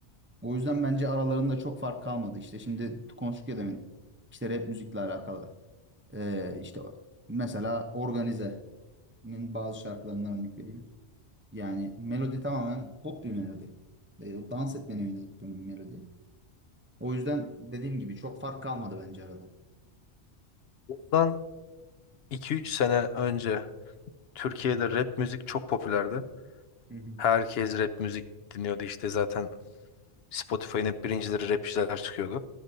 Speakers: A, on the right (about 20°); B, on the left (about 65°).
A: O yüzden bence aralarında çok fark kalmadı. İşte şimdi konuştuk ya demin. İşte rap müzikle alakalı. Ee, işte mesela Organize'nin bazı şarkılarından örnek vereyim. Yani melodi tamamen pop bir melodi. Ee, o dans etmene yönelik bir melodi. O yüzden dediğim gibi çok fark kalmadı bence arada.
B: Bundan iki üç sene önce Türkiye'de rap müzik çok popülerdi.
A: Hı hı.
B: Herkes rap müzik dinliyordu işte zaten Spotify'ın hep birincileri rapçiler çıkıyordu.